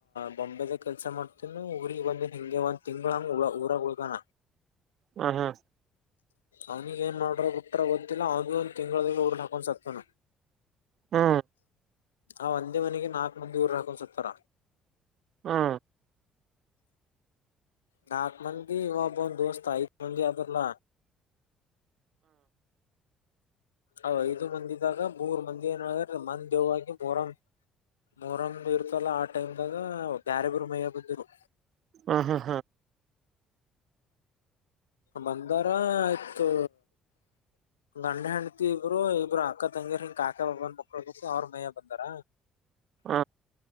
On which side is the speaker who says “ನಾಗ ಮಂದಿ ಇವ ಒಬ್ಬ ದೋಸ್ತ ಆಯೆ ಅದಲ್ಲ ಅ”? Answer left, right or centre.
Left